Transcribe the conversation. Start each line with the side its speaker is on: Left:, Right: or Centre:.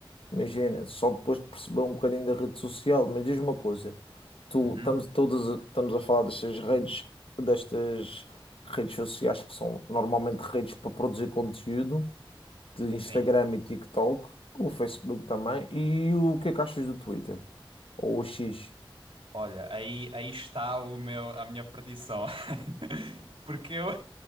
Left: Imagina, só depois de perceber um bocadinho da rede social. Mas diz uma coisa, tu,
Right: Uhum,
Left: estamos, todas, estamos a falar destas redes, destas redes sociais que são normalmente redes para produzir conteúdo. de Instagram
Right: Sim.
Left: e TikTok, o Facebook também. E o que é que achas do Twitter? Ou o X?
Right: Olha, aí, aí está o meu, a minha perdição. <laughs> Porque eu,